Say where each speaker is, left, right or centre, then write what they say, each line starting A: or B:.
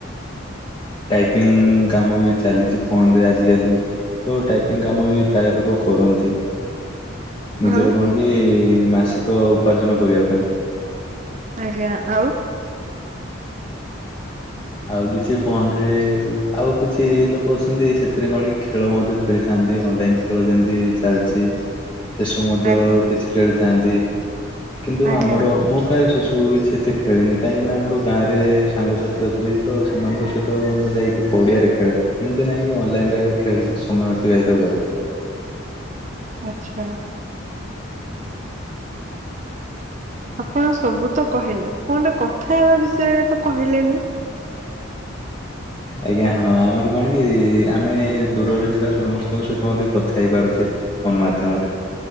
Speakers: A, on the left; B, on the right.
A: ଟାଇପିଙ୍ଗ କାମ ବି ଚାଲିଛି ଫୋନରେ ଆଜିକାଲି। ତ ଟାଇପିଙ୍ଗ କାମ ବି ପ୍ରାୟ ଲୋକ କରନ୍ତି। ନିଜର
B: ଆଉ
A: କଣ କି ମାସିକ ଉପାର୍ଜନ କରିବା ପାଇଁ।
B: ଆଜ୍ଞା ଆଉ?
A: ଆଉ କିଛି ଫୋନ ରେ ଆଉ କିଛି ଲୋକ ଅଛନ୍ତି ସେଥିରେ କଣ କି ଖେଳ ମଧ୍ୟ ଖେଳିଥାନ୍ତି ଅନଲାଇନେ। ଖେଳ ଯେମିତି ଚାଲିଛି। ସେସକୁ ମଧ୍ୟ
B: ଆଜ୍ଞା
A: କିଛି ଖେଳିଥାନ୍ତି କିନ୍ତୁ
B: ଆଜ୍ଞା
A: ଆମର ମୁଁ ପ୍ରାୟ ସେସକୁ କିଛି। କେତେ ଖେଳିନି କାହିଁକିନା ଆମର ଗାଁ ରେ ସାଙ୍ଗସାଥି। ସେ ତ ସେମାନଙ୍କ ସହିତ ମୁଁ ଯାଇକି ପଡ଼ିଆରେ ଖେଳେ ଏମିତି ନାହିଁକି ଅନଲାଇନ୍ର ଆଗେ ଖେଳିକି ସମୟ ଅ। ଅତିବାହିତ କରେ।
B: ଆଚ୍ଛା। ଆପଣ ସବୁ ତ କହିଲେ ଫୋନରେ କଥା ହେବା ବିଷୟରେ ତ କହିଲେନି।
A: ଆଜ୍ଞା ହଁ ଆମର କଣ କି ଆମେ ଦୂରରେ ଥିବା ସମସ୍ତଙ୍କ ସହିତ ମଧ୍ୟ କଥା ସତରେ କି ଆମର ଫୋନ୍ ବହୁତ ସୁବିଧା କରୁଛି। ଫୋନ୍ ମାଧ୍ୟମରେ